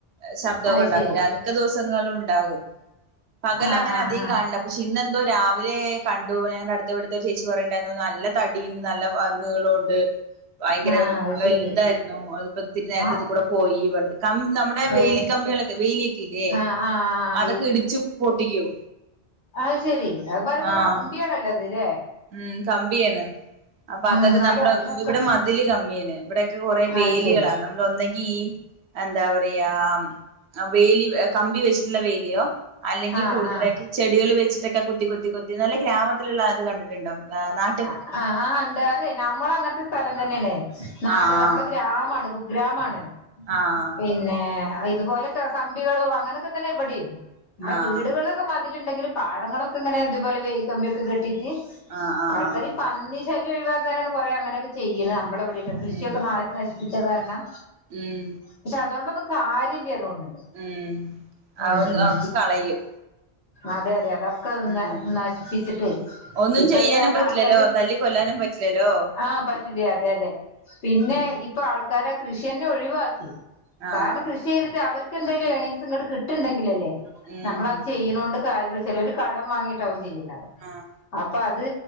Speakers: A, on the right; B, on the left.
A: എ ശബ്ദൊക്കെ
B: അത്
A: ഉണ്ടാക്കും
B: ശരി
A: രാ മിക്ക ദിവസങ്ങളിളുണ്ടാകും പകലങ്ങനെ
B: ആഹ് ആഹ്
A: അധികം
B: ആഹ്
A: കാണ്ല്ലാ പക്ഷേ ഇന്നെന്തോ രാവിലെ കണ്ടു ഞങ്ങടെ അടുത്തവിട്ട്ത്തെ ഒരു ചേച്ചി പറയുണ്ടായിരുന്നു നല്ല തടിയിണ്ട് നല്ല വ അ നീളു ണ്ട് വയങ്കരെ
B: ആഹ് അത്
A: വെല്തായിരു
B: ശരി
A: ന്നു അത് പ്പൊ ഇത്തിരി നേരത്തെ
B: ആഹ്
A: ഇത് കൂടെ പോയി പർഞ്ട്ട് കം നമ്മുടെ വേലി
B: ഏഹ്
A: കമ്പികളൊക്കെ വേലിയെ ക്കിലേ
B: ആഹ് ആഹ്
A: അതൊക്കെ ഇടിച്ചു പൊട്ടിക്കും
B: അയ് ശെരി അത് പറയുമ്പോ
A: ആഹ്
B: കമ്പിയാണല്ലോ അത് ലെ
A: ഉം കമ്പിയാണ് അപ്പൊ അതൊക്കെ
B: എന്നാലും
A: നമ്മുടെ
B: അതിനൊക്കെ
A: ഇവിടെ മതില് കമ്മ്യാണ് ഇവിടെക്കെ കൊറെ വേലികളാണ്
B: അത് ശരി
A: നമ്മളൊന്നെങ്കീഎന്താ പറയാ ഉം അ വേലി ഏ കമ്പി വെച്ചിട്ടുള്ള വേലിയോ അല്ലെങ്കിൽ
B: ആഹ്
A: കൂടുതലായിട്ട്
B: ആഹ്
A: ചെടികള് വെച്ചിട്ടൊക്കെ കുത്തി കുത്തി കുത്തി നല്ല ഗ്രാമത്തിലുള്ള അത് കണ്ടിട്ടുണ്ടോ ന്ന ന്നാ
B: ആഹ് ആഹ് ഇണ്ട് അറിയേയ് നമ്മളങ്ങൻത്തെ സ്ഥലം തന്നെണ് നാട്
A: ആഹ്
B: നമ്മളെ ഗ്രാമാണ് കുഗ്രാമാണ്
A: ആഹ്
B: പിന്നെ അഹ് ഇതുപോലെക്കെ കമ്പികളും അങ്ങനെയൊക്കെ തന്നെ ഇവിടേം നമ്മളെ
A: ആഹ്
B: വീടുകള് ക്ക് മതിലുണ്ടെങ്കിലും പാടങ്ങളൊക്കെ ഇങ്ങനെ ഇതുപോലെ വേൽക്കമ്പിയൊക്കെ കെട്ടീറ്റ്
A: ആഹ് ആഹ്
B: ആൾക്കാരീ പന്നി ശല്യം ഒഴിവാക്കാനാണ് കുറേ അങ്ങനെയൊക്കെ ചെയ്യുന്നെ നമ്മളിവിടെയൊക്കെ കൃഷിയൊക്കെ
A: ഉം
B: നശിപ്പിച്ച കാരണം
A: ഉം
B: പക്ഷേ അതോണ്ടൊന്നും കാര്യല്ല്യ തോന്ന്ണ്ട്
A: ഉം
B: ഉം
A: അഒന്നും അഒക്കെ കളയും
B: അതെ അതെയതെ അതൊക്കെ
A: ഉം
B: ന നശിപ്പിച്ചിട്ട്
A: ഒന്നും
B: ഇപ്പൊ
A: ചെയ്യാനും
B: അയ് കാരണം
A: പറ്റില്ലല്ലോ
B: ആൾക്കാര്
A: തല്ലി കൊല്ലാനും പറ്റില്ലല്ലോ
B: ആഹ് പറ്റില്ല അതെയതെ പിന്നെ
A: ഉം
B: ഇ പ്പോ ആൾക്കാര് ആ കൃഷിയെന്നെ ഒഴിവാക്കി
A: ആഹ്
B: കാരണം കൃഷി ചെയ്തിട്ട് അവര് ക്കെന്തേലും ഏണിങ്സ് ങ്ങട്ട് കിട്ട്ണ്ടങ്കിലല്ലേ
A: ഉം
B: നമ്മളത് ചെയ്യ്ണോണ്ട് കാര്യൊള്ളു ചെലോര് കടം വാങ്ങിട്ടാവും ചെയ്യ്ണ്ടാവാ
A: ആഹ്
B: അപ്പൊ അത്